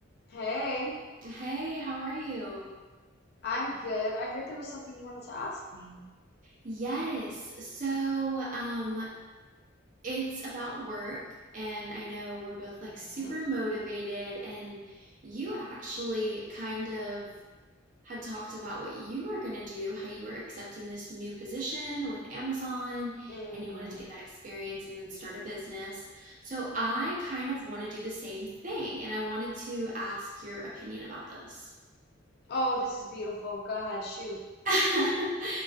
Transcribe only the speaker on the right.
Hey, how are you?
Yes. So, um, it's about work, and I know we're both like
super motivated, and you actually kind of had talked about what you were going to do, how you were accepting this new position with Amazon,
and you wanted to get that experience and then start a business. So, I kind of want to do the same thing, and I wanted to ask your opinion about this.
<laughs>